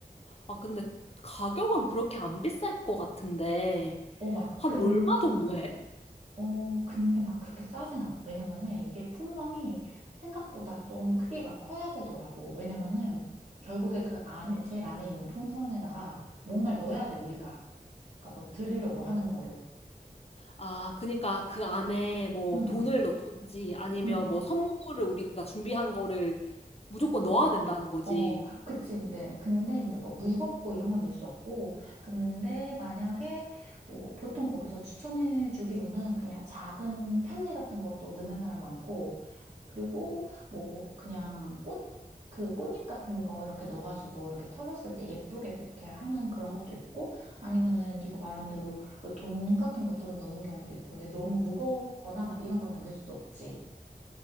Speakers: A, on the left; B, on the right.
A: 아, 근데 가격은 그렇게 안 비쌀 것 같은데,
B: 어, 막
A: 한
B: 근,
A: 얼마 정도 해?
B: 어, 근데 막 그렇게 싸진 않아. 왜냐면은 이게 풍선이 생각보다 좀 크기가 커야 되더라고. 왜냐면은 결국에 그 안에, 제일 안에 있는 풍선에다가 뭔가를 넣어야 돼, 우리가. 그러니까 뭐 드리려고 하는 거를.
A: 아, 그니까 그 안에 뭐
B: 응, 응,
A: 돈을 넣던지 아니면
B: 응, 응.
A: 뭐 선물을 우리가 준비한 거를 무조건 넣어야 된다는 거지.
B: 어, 그치, 이제. 근데 이제 뭐 무겁고 이런 건 넣을 수 없고. 근데 만약에 뭐 보통 거기서 추천해 주기로는 그냥 작은 편지 같은 것도 넣는 사람 많고. 그리고 뭐 그냥 꽃, 그 꽃잎 같은 거 이렇게 넣어가지고 이렇게 터졌을 때 예쁘게 그렇게 하는 그런 것도 있고 아니면은 네가 말한 대로 뭐돈 같은 거 좀 넣는 경우도 있고 근데 너무 무겁거나 막 이런 거는 넣을 수 없지.